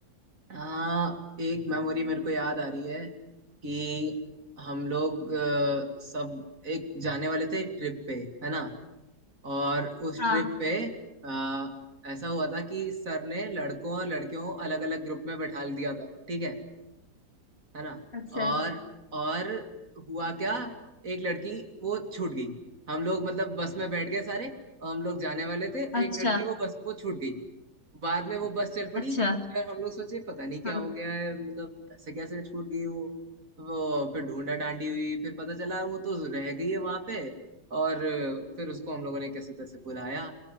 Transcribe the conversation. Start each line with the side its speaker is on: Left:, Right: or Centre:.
Right: हाँ एक मेमोरी मेरे को याद आ रही है कि हम लोग अ, सब एक जाने वाले थे एक ट्रिप पे है ना और उस
Left: हाँ
Right: ट्रिप पे अ, ऐसा हुआ था कि सर ने लड़कों और लड़कियों को अलग अलग ग्रुप में बैठा दिया था ठीक है है ना
Left: अच्छा
Right: और और हुआ क्या एक लड़की वो छूट गई हम लोग मतलब बस में बैठ गए सारे और हम लोग जाने वाले थे
Left: अच्छा
Right: एक लड़की वो बस वो छूट गई बाद में वो बस चल पड़ी
Left: अच्छा
Right: फिर हम लोग सोचे पता नहीं क्या
Left: हाँ
Right: हो गया है मतलब ऐसे कैसे छूट गई वो वो फिर ढूंढा डांडी हुई फिर पता चला वो तो रह गई है वहां पे और फिर उसको हम लोगों ने कैसे तैसे बुलाया